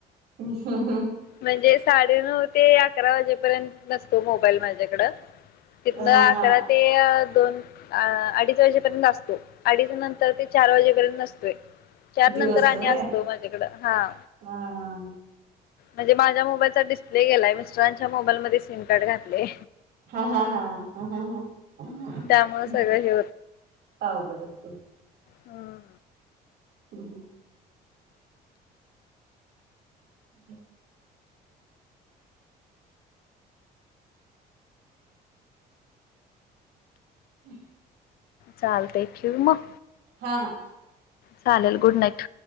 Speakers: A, on the right; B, on the left.
A: हम् हम
B: म्हणजे साडेनऊ ते अकरा वाजेपर्यंत नसतो मोबाईल माझ्याकडं. तिथं
A: हा हा
B: त्याला ते दोन अ अडीच वर्षपर्यंत असतो. अडीच नंतर ते चार वाजेपर्यंत नसतोय. चार
A: दिवसभर
B: नंतर आणि
A: व्हय
B: असतो माझ्याकडं हा.
A: हा हा
B: म्हणजे माझ्या मोबाईलचा डिस्प्ले गेलाय मिस्टरांच्या मोबाईल मध्ये सीन कार्ड घातले.
A: हा हा हा हा हा
B: त्यामुळे
A: ह..
B: सगळं हे
A: अवघडच आहे.
B: हम्म
A: हम्म हम्.. ह् हम् <inaudible>
B: चालत ठेऊ मग
A: हा हा
B: चालेल गुड नाईट